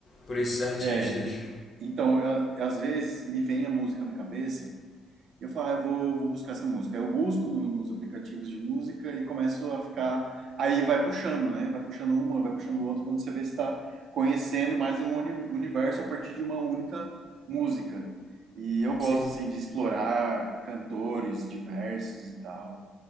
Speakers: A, on the left; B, on the right.
A: por esses artistas.
B: É, então, a- às vezes me vem a música na cabeça, E Eu falo, ah, eu vou, vou buscar essa música. Aí eu busco no- nos aplicativos de música e começo a ficar. Aí vai puxando, né? Vai puxando uma, vai puxando outra, quando você vê se está conhecendo mais um uni- universo a partir de uma única música. E eu
A: Sim.
B: gosto, assim, de explorar cantores diversos e tal.